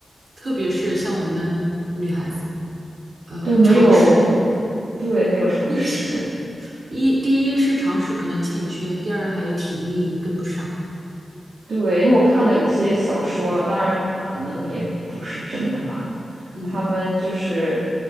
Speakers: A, on the right; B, on the right.
A: 特别是像我们女孩子，呃，
B: 就没有，
A: 常识
B: 对，没有常识。
A: 一起一第一是常识可能欠缺，第二还有体力跟不上。
B: 对，因为我看了有些小说，当然可能也不是真的吧，
A: 嗯，
B: 他们就是